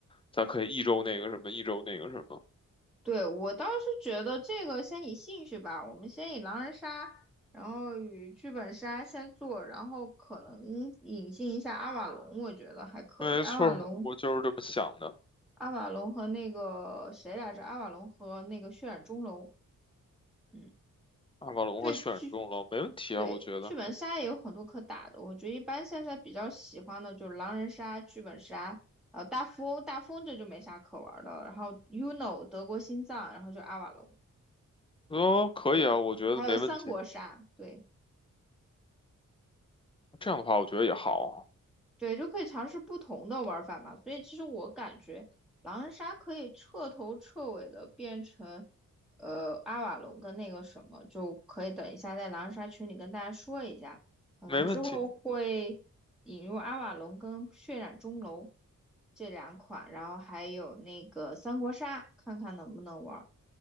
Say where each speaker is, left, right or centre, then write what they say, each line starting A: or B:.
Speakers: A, on the left (about 15°); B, in the centre.
A: 咱可以一周那个什么，一周那个什么。
B: 对，我倒是觉得这个先以兴趣吧，我们先以狼人杀，然后与剧本杀先做，然后可能引进一下阿瓦隆，我觉得还可以。
A: 没错儿，
B: 阿瓦隆，
A: 我就是这么想的。
B: 阿瓦隆和那个谁来着？阿瓦隆和那个血染钟楼，嗯，
A: 阿瓦隆和选中了，
B: 对剧
A: 没问题啊，
B: 对剧本杀也有很多可打的，
A: 我觉得。
B: 我觉得一般现在比较喜欢的就是狼人杀、剧本杀，呃，大富翁，大富翁这就没啥可玩的了，然后 UNO 德国心脏，然后就阿瓦隆。
A: 哦，可以啊，
B: 对，
A: 我觉得没问题。
B: 还有三国杀，对
A: 这样的话，我觉得也好，
B: 对，就可以尝试不同的玩法嘛。所以其实我感觉狼人杀可以彻头彻尾的变成，呃，阿瓦隆跟那个什么，就可以等一下在狼人杀群里跟大家说一下，可能之后会引入阿瓦隆跟血染钟楼
A: 没问题。
B: 这两款，然后还有那个三国杀，看看能不能玩儿